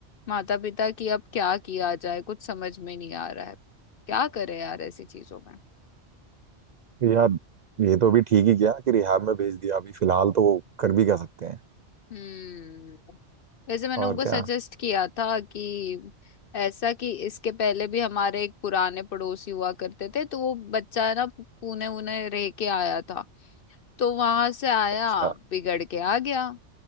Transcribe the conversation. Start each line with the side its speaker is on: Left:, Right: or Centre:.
Left: माता पिता कि अब क्या किया जाए कुछ समझ में नहीं आ रहा है क्या करे यार ऐसी चीजों में।
Right: तो यार ये तो अभी ठीक ही किया कि रिहाब में भेज दिया अभी फिलहाल तो वो कर भी क्या सकते हैं
Left: हम्म वैसे मैंने
Right: और
Left: उनको
Right: क्या
Left: सजेस्ट किया था कि ऐसा कि इसके पहले भी हमारे एक पुराने पड़ोसी हुआ करते थे तो वो बच्चा है ना पुणे उन्हें रह के आया था तो वहां से आया
Right: अच्छा
Left: बिगड़ के आ गया